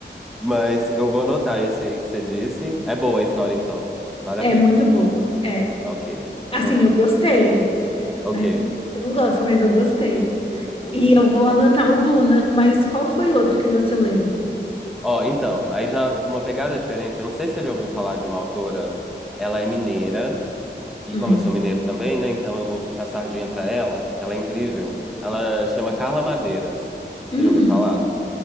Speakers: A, in the centre; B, on the left (about 30°).
A: Mas eu vou anotar esse aí que você disse. É boa a história, então. Vale
B: é
A: a pena.
B: muito boa. É,
A: Ok.
B: assim,
A: Hum.
B: eu gostei,
A: Ok,
B: né? Tem gente que não gosta, mas eu gostei.
A: ok.
B: E
A: Então.
B: eu vou anotar o Duna, mas qual foi outro que você leu?
A: Ó, então, aí já uma pegada diferente. Eu não sei se você já ouviu falar de uma autora. Ela é mineira. E
B: Hum,
A: como eu sou mineiro também, né? Então eu vou puxar a sardinha pra ela, que ela é incrível. Ela chama Carla Madeiras.
B: hum,
A: Você já ouviu falar?